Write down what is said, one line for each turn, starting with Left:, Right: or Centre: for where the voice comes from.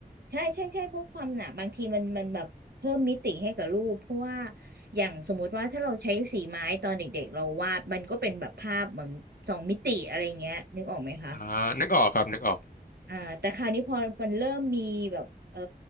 Right: ใช่ใช่ใช่เพวกความหนาบางทีมันมันแบบเพิ่มมิติให้กับรูปเพราะว่าอย่างสมมุติว่าถ้าเราใช้สีไม้ตอนเด็กๆเราวาดมันก็เป็นแบบภาพเหมือนสองมิติอะไรเงี้ยนึกออกไหมคะ
Left: อ่านึกออกครับนึกออก
Right: อ่าแต่คราวนี้พอมันเริ่มมีแบบเออ